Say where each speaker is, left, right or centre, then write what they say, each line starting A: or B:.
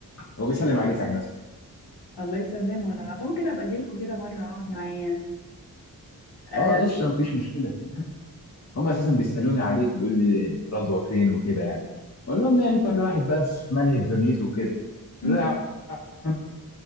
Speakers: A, on the left; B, on the left.
A: هو بيسلم عليك عامه
B: الله يسلمه أنا ممكن أبقى أجيلكوا كده مرة أقعد معاه يعني آه.
A: اه قشطه مفيش مشكله هم اساسا بيسالوني عليك بيقول لي رضوى فين وكده يعني بقول لهم يعني كل واحد بقى في ملهى في دنيته وكده
B: مم.
A: بقول له يا عم